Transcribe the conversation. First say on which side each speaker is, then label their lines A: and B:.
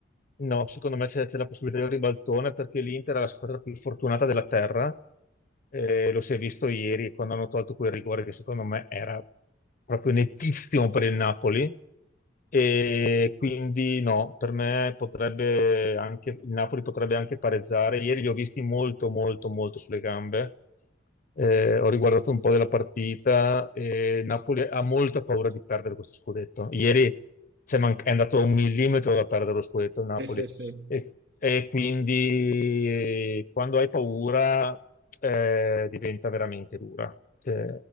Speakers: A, on the left (about 50°); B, on the right (about 65°).
A: No, secondo me c'è c'è la possibilità di un ribaltone perché l'Inter è la squadra più fortunata della terra. Eh, lo si è visto ieri quando hanno tolto quel rigore che secondo me era proprio nettissimo per il Napoli. E quindi no, per me potrebbe anche, il Napoli potrebbe anche pareggiare. Ieri li ho visti molto, molto, molto sulle gambe eh, ho riguardato un po' della partita e Napoli ha molta paura di perdere questo scudetto. Ieri c'è man- è andato un millimetro da perdere lo scudetto il Napoli.
B: Sì, sì, sì.
A: E, e quindi quando hai paura eh, diventa veramente dura. Cioè,